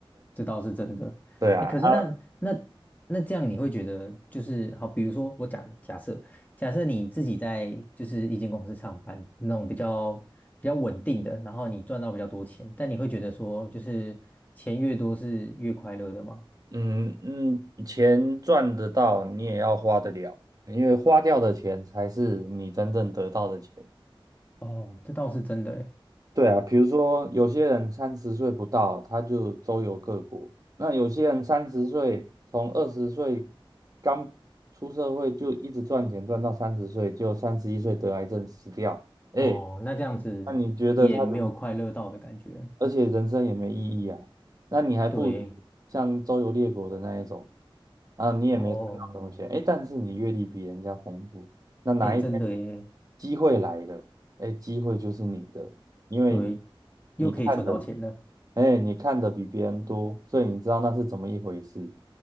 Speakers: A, on the left (about 20°); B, on the right (about 40°).
A: 这倒是真的。
B: <laughs> 对啊，
A: 哎，可是那那
B: 啊，
A: 那这样你会觉得就是好，比如说我假假设假设你自己在就是一间公司上班那种比较比较稳定的，然后你赚到比较多钱，但你会觉得说就是钱越多是越快乐的吗？
B: 嗯嗯，钱赚得到，你也要花得了，因为花掉的钱才是你真正得到的钱。
A: 哦，这倒是真的诶。
B: 对啊，比如说有些人三十岁不到，他就周游各国；那有些人三十岁，从二十岁刚出社会就一直赚钱，赚到三十岁，就三十一岁得癌症死掉。哎，
A: 哦，那这样子也没有快乐到的感觉。
B: 那你觉得他的而且人生也没意义啊。那你还不如像周游列国的那一种
A: 对，
B: 啊，你也没存到什么西，
A: 哦。
B: 哎，但是你阅历比人家丰富，那哪一天
A: 哎，真的耶，
B: 机会来了，哎，机会就是你的，因为
A: 对，又可以存到钱了。
B: 你看的，哎，你看的比别人多，所以你知道那是怎么一回事。